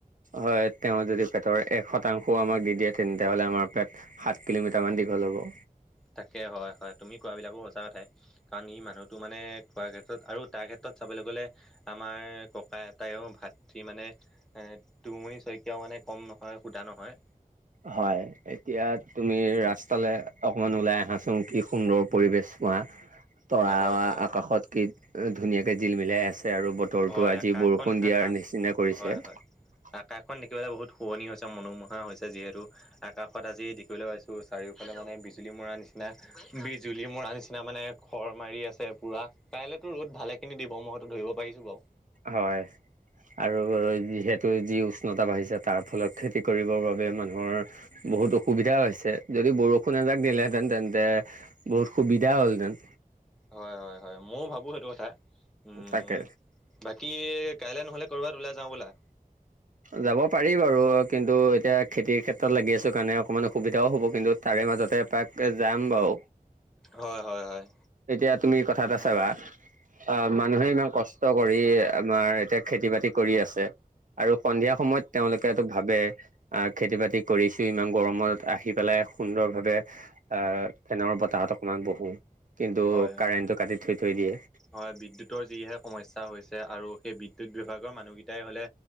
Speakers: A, on the right; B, in the centre.
A: হয় তেওঁ যদি পেটৰ এক শতাংশ আমাক দি দিয়ে তেতিয়া হলে হলে আমাৰ পেট সাত কিলোমিটাৰ মান দি ঘল হ'ব
B: তাকে হয় হয় তুমি কোৱাবিলাকো সচা উঠাই কাৰণ ই মানুহতটো মানে খোৱাৰ ক্ষেত্ৰত আৰু তাৰ ক্ষেত্ৰত চাবলৈ গলে আমাৰ ককা আইতাও ভাত মানে এ তুঙৰি শইকীয়াও মানে মানে কম নহয় সুধা নহয়
A: হয় এতিয়া তুমি ৰাস্তালৈ অকমান ওলাই আহাচোন কি সুন্দৰ পৰিবেশ তৰা
B: হয় হয়
A: আকাশত কি ধুনীয়াকৈ জিল মিলাই আছে আৰু বতৰটো
B: হয়
A: আজি
B: আকাশখন
A: বৰষুণ
B: আকাশ
A: দিয়াৰ নিচিনা কৰিছে
B: হয় হয় আকাশখন দেখিবলৈ বহুত শুৱনি হৈছে মনোমোহা হৈছে যিহেতু আকাশত আজি দেখিবলৈ পাইছো চাৰিওফালে হেল্ল মানে বিজুলী মৰাৰ নিচিনা নিচিনা বিজুলী মোৰ নিচিনা মানে খৰ মাৰি আছে পুৰা কাইলেতো ৰ'দ ভালে খিনি দিব মইতো ধৰিব পাইছো বাও
A: হয় আৰু যিহেতু যি উষ্ণতা বাঢ়িছে তাৰ ফলত খেতি কৰিবৰ বাবে মানুহৰ বহুত অসুবিধা হৈছে যদি বৰষুণ এজাক দিলেহেতেন তেন্তে বহুত সুবিধা হ'লহেতেন
B: হয় হয় হয় ময়ও ভাবো সেইটো কথা উম
A: তাকে
B: বাকী কাইলৈ নহ'লে কৰ'ৰবাত ওলাই যাওঁ ব'লা
A: যাব পাৰি বাৰু কিন্তু এতিয়া খেতিৰ ক্ষেত্ৰত লাগি আছো কাৰণে অকমান অসুবিধাও হ'ব কিন্তু তাৰে মাজতে এপাক যাম বাৰু
B: হয় হয় হয়
A: এতিয়া তুমি কথা এটা চাবা অ মানুহে ইমান কষ্ট কৰি আমাৰ এতিয়া খেতি বাতি কৰি আছে আৰু সন্ধিয়া সময়ত তেওঁলোকেটো ভাবে আহ খেতি বাতি কৰিছো ইমান গৰমত আহি পেলাই সুন্দৰ ভাৱে অহ ফেনৰ বতাহত অকমান বহো কিন্তু
B: হয়
A: কাৰেণ্টটো কাটি থৈ থৈ দিয়ে
B: হয় বিদ্যুতৰ যিহে সমস্যা হৈছে, আৰু সেই বিদ্যুত বিভাগৰ মানুহকেইটাই হলে